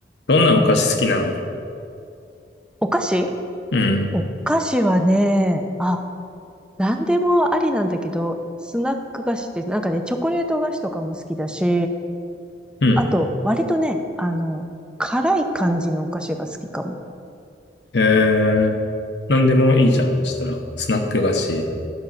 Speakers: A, on the left (about 70°); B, in the centre.
A: どんなお菓子好きなの
B: お菓子
A: うん。
B: お菓子はね、あ、なんでもありなんだけど、スナック菓子って、なんかね、チョコレート菓子とかも好きだし、
A: うん。
B: あと、割とね、あの、辛い感じのお菓子が好きかも。
A: えー、なんでもいいじゃん。そしたら、スナック菓子、